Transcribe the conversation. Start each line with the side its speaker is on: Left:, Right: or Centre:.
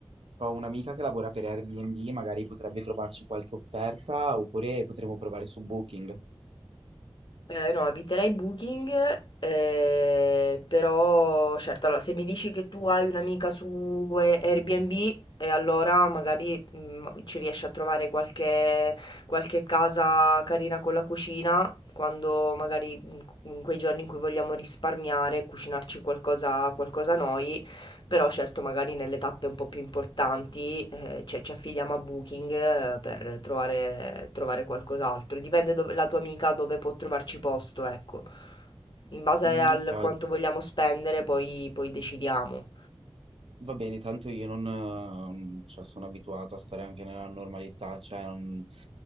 Right: Ho un'amica che lavora per Airbnb, magari potrebbe trovarci qualche offerta oppure potremmo provare su Booking.
Left: Eh, no, eviterei Booking, eh, però certo, allora, se mi dici che tu hai un'amica su eh, Airbnb, e allora magari mm, ci riesci a trovare qualche, qualche casa carina con la cucina, quando magari mm, in quei giorni in cui vogliamo risparmiare, cucinarci qualcosa, qualcosa noi. Però certo magari nelle tappe un po' più importanti, ehm, cioè ci affidiamo a Booking, ehm, per trovare trovare qualcos'altro. Dipende dove la tua amica dove può trovarci posto, ecco. In base
Right: Mm,
Left: al
Right: ok.
Left: quanto vogliamo spendere poi poi decidiamo.
Right: Va bene, tanto io non, ehm, cioè, sono abituato a stare anche nella normalità, cioè non,